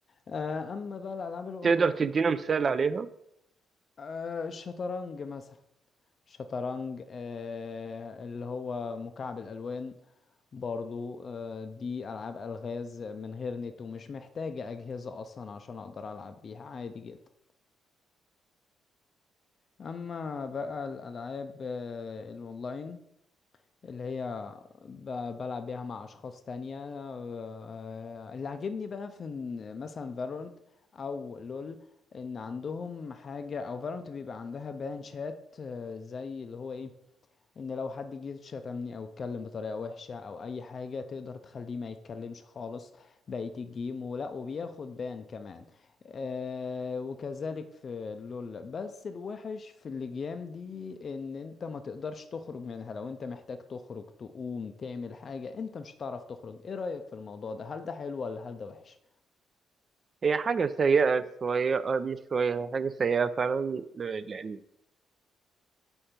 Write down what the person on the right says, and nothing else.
تقدر تدينا مثال عليها
هي حاجة سيئة شوية آه، مش شوية هي حاجة سيئة فعلا لأن